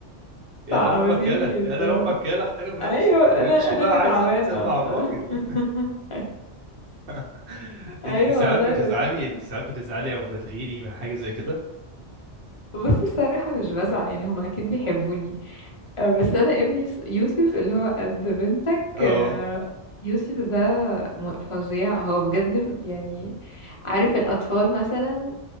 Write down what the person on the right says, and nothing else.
يا
ده أنا امك يلا
يا ده أنا امك يلا احترم
نفسك امشي
بقى
عايز انزل مع
الراجل
<laughs>
انت ساعات
بتزعلي
انت ساعات بتزعلي او بتغيري من حاجه زي كده
اه